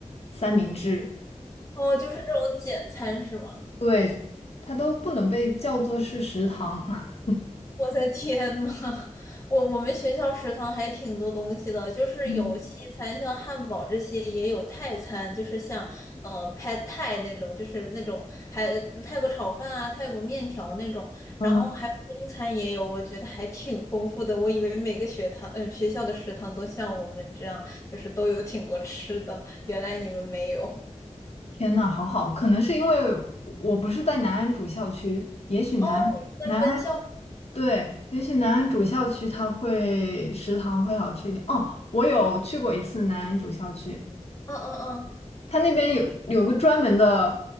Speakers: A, on the left; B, on the left.
A: 三明治，
B: 哦，就是这种简餐是吗？
A: 对，它都不能被叫做是食堂。<laughs>
B: 我的天呐，我我们学校食堂还挺多东西的，就是有西餐，
A: 嗯
B: 像汉堡这些，也有泰餐，就是像呃 Pad Thai 那种，就是那种还泰国炒饭啊、泰国面条那种，
A: 嗯，
B: 然后还有中餐也有，我觉得还挺丰富的。我以为每个学堂，嗯、学校的食堂都像我们这样，就是都有挺多吃的，原来你们没有。
A: 天呐，好好，可能是因为我不是在南安主校区，也许南南安
B: 哦，你们在分校？
A: 对，也许南安主校区它会食堂会好吃一点。哦，我有去过一次南安主校区。
B: 嗯嗯嗯，
A: 他那边有有个专门的